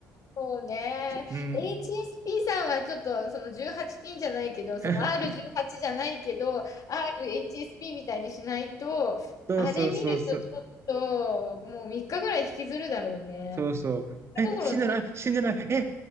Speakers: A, on the left (about 50°); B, on the right (about 40°).
A: そうね。
B: うん。
A: HSP さんはちょっとその18禁じゃないけど、その
B: <laughs>
A: R18 じゅうはちじゃないけど、RHSP みたいにしないと、
B: そうそうそうそう。
A: あれ見るとちょっともう3日ぐらい引きずるだろうね。
B: そうそう。え、
A: ところのさ、
B: 死んでない、死んでない、え、